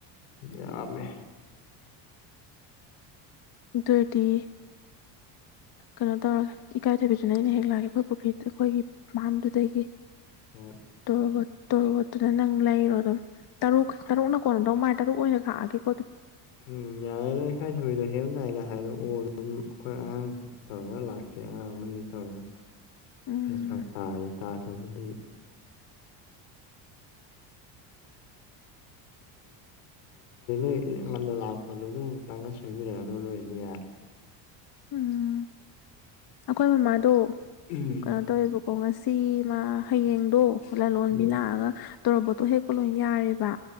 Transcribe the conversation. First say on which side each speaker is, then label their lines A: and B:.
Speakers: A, on the left; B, on the left.
A: ꯌꯥꯝꯃꯦ
B: ꯗꯣꯏꯗꯤ ꯀꯩꯅꯣ ꯇꯧꯔꯒꯦ ꯏꯀꯥꯏꯊꯕꯤꯁꯨꯅ ꯑꯩꯅ ꯍꯦꯛ ꯂꯥꯛꯑꯒꯦ ꯑꯩꯈꯣꯏ ꯄꯨꯈ꯭ꯔꯤꯗ ꯑꯩꯈꯣꯏꯒꯤ ꯐꯥꯝꯗꯨꯗꯒꯤ
A: ꯍꯣꯏ
B: ꯇꯣꯔꯣꯕꯣꯠ ꯇꯣꯔꯣꯕꯣꯠꯇꯨꯅ ꯅꯪ ꯂꯩꯔꯣ ꯑꯗꯨꯝ ꯇꯔꯨꯛ ꯇꯔꯨꯛꯅ ꯀꯣꯟꯅꯗꯧ ꯃꯥ ꯇꯔꯨꯛ ꯑꯣꯏꯅ ꯈꯥꯛꯑꯒꯦ
A: ꯎꯝ ꯌꯥꯔꯦ ꯂ ꯑꯩ ꯈꯥꯏ ꯁꯕꯤꯗꯣ ꯍꯦꯗꯥꯏꯅ ꯍꯥꯏꯔꯛꯑꯣ ꯑꯗꯨꯝ ꯑꯩꯈꯣꯏ ꯑꯉꯥꯡ ꯇꯧꯔꯒ ꯂꯥꯛꯀꯦ ꯑꯉꯥꯡ ꯑꯃꯅꯤ ꯇꯧꯔꯒ
B: ꯎꯝ
A: ꯐꯥꯛ ꯇꯖ꯭ꯔꯕꯨꯗꯤ <unintelligible> <unintelligible> ꯉꯟꯅ ꯂꯥꯛꯄꯗꯣꯗꯨꯝ ꯂꯨꯇꯪꯒ ꯁꯣꯏꯕꯤꯔꯝꯃꯅꯤ ꯂꯣꯏꯔꯗꯤ ꯌꯥꯔꯦ
B: ꯎꯝ ꯑꯩꯈꯣꯏ ꯃꯥꯗꯣ
A: ꯎꯝ
B: ꯑꯇꯧꯋꯦꯕꯀꯣ ꯉꯁꯤ ꯃꯥ ꯍꯌꯦꯡꯗꯣ ꯂꯂꯣꯟꯕꯤ
A: ꯎꯝ
B: ꯂꯥꯛꯑꯒ ꯇꯧꯕꯗꯣ ꯍꯦꯛ ꯑꯗꯨꯝ ꯌꯥꯔꯦꯕ